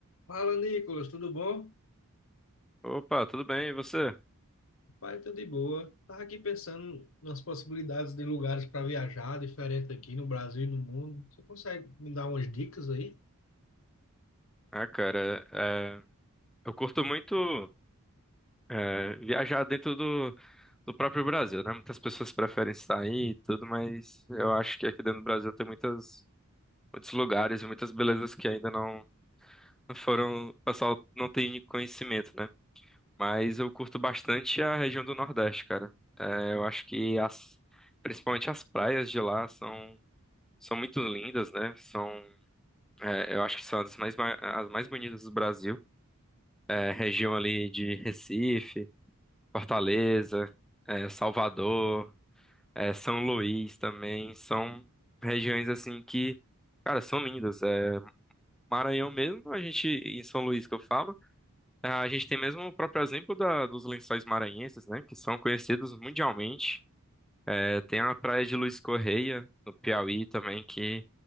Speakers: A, on the left (about 60°); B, in the centre.
A: Fala, Nicolas, tudo bom?
B: Opa, tudo bem? E você?
A: Pai, tudo de boa. Tava aqui pensando nas possibilidades de lugares para viajar, diferente aqui no Brasil e no mundo. Você consegue me dar umas dicas aí?
B: Ah, cara, é, eu curto muito é, viajar dentro do, do próprio Brasil, né? Muitas pessoas preferem sair e tudo, mas eu acho que aqui dentro do Brasil tem muitas, muitos lugares e muitas belezas que ainda não, não foram, o pessoal não tem conhecimento, né? Mas eu curto bastante a região do Nordeste, cara. É, eu acho que as, principalmente as praias de lá são, são muito lindas, né? São, é, eu acho que são as mais, ma- as mais bonitas do Brasil. a região ali de Recife, Fortaleza, eh, Salvador, eh, São Luís também, são regiões assim que, cara, são lindas. Eh, Maranhão mesmo, a gente, em São Luís que eu falo, eh, a gente tem mesmo o próprio exemplo da- dos lençóis maranhenses, né, que são conhecidos mundialmente. É, Tem a praia de Luiz Correia, no Piauí também, que